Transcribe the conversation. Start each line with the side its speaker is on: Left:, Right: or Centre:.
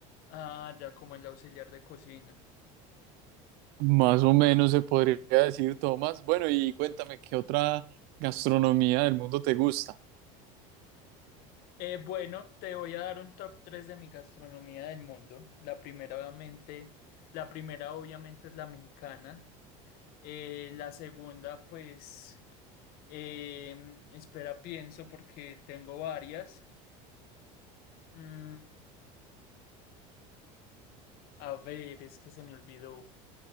Left: Ah, ya como el auxiliar de cocina.
Right: Más o menos se podría decir, Tomás. Bueno, y cuéntame, ¿qué otra gastronomía del mundo te gusta?
Left: Eh, bueno, te voy a dar un top 3 de mi gastronomía del mundo. La primera, obviamente, la primera obviamente es la mexicana. Eh, la segunda, pues, em, espera, pienso porque tengo varias. Mm, a ver, es que se me olvidó.